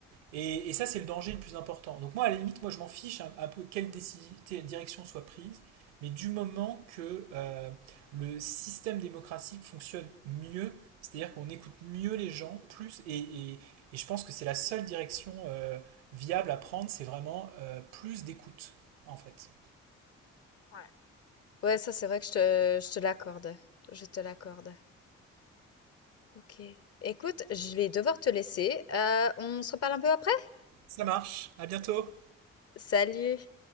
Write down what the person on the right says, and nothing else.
Et, et ça, c'est le danger le plus important. Donc moi, à la limite, moi, je m'en fiche un, un peu quelle direction soit prise, mais du moment que euh, le système démocratique fonctionne mieux, c'est-à-dire qu'on écoute mieux les gens, plus, et, et- et je pense que c'est la seule direction euh, viable à prendre, c'est vraiment euh, plus d'écoute, en fait.
Ça marche, à bientôt